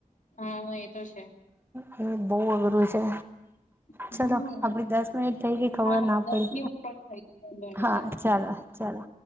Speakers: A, on the left (about 60°); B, on the right (about 15°).
A: હા એ તો છે.
B: હા એ બહુ અઘરું છે.
A: હમ
B: ચલો આપડી દસ મિનિટ થઈ ગઈ ખબર
A: હા
B: ના
A: દસ
B: પડી
A: ની ઉપર થઈ ગયું ડોનેશન
B: હા ચાલો ચાલો